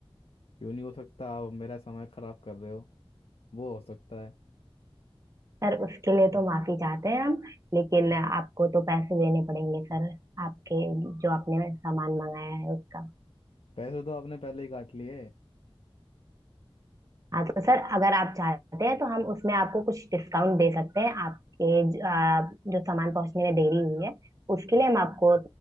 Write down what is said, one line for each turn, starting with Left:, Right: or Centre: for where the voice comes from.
Left: क्यों नहीं हो सकता आप मेरा समय खराब कर रहे हो वो हो सकता है
Right: सर उसके लिए तो माफी चाहते हैं हम लेकिन आपको तो पैसे देने पड़ेंगे सर आपके जो आपने सामान मंगाया है उसका
Left: पैसे तो आपने पहले ही काट लिए
Right: हाँ तो सर अगर आप चाहते हैं तो हम उसमें आपको कुछ डिस्काउंट दे सकते हैं आपके ज- आ, जो सामान पहुंचने में देरी हुई है उसके लिए हम आपको